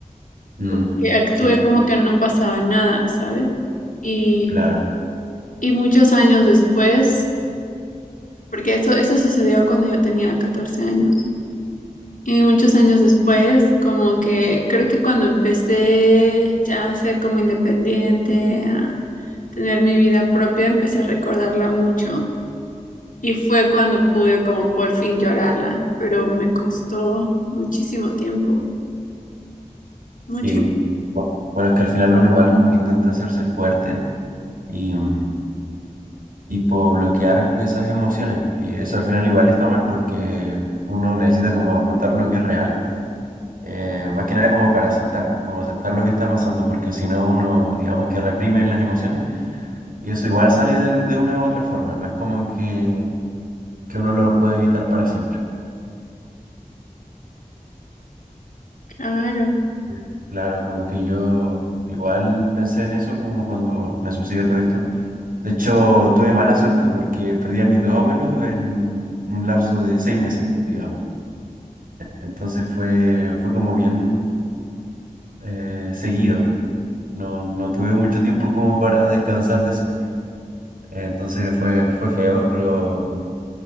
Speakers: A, on the right (about 90°); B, on the left (about 70°).
A: mm,
B: como que actué
A: sí,
B: como que no pasaba nada, ¿sabes? Y,
A: claro,
B: y muchos años después, porque eso, eso sucedió cuando yo tenía 14 años. Y muchos años después, como que creo que cuando empecé ya a ser como independiente, a tener mi vida propia, empecé a recordarla mucho. Y fue cuando pude como por fin llorarla, pero me costó muchísimo tiempo, mucho,
A: sí. Bu- Bueno, es que al final uno igual como que intenta hacerse el fuerte. Y, mm, tipo bloquear esas emociones. Y eso al final igual está mal porque uno necesita como afrontar lo que es real, eh, más que nada como para aceptar, como aceptar lo que está pasando, porque si no uno digamos que reprime las emociones y eso igual sale de, al- de una u otra forma, no es como que, que uno lo puede evitar para siempre.
B: claro.
A: Sí. Claro, como que yo igual pensé en eso como cuando me sucedió todo esto. De hecho, tuve mala suerte porque perdí a mis dos abuelos en un lapso de seis meses, digamos. Entonces fue, fue como bien eh, seguido. No, no tuve mucho tiempo como para descansar de eso. Entonces fue, fue feo, pero,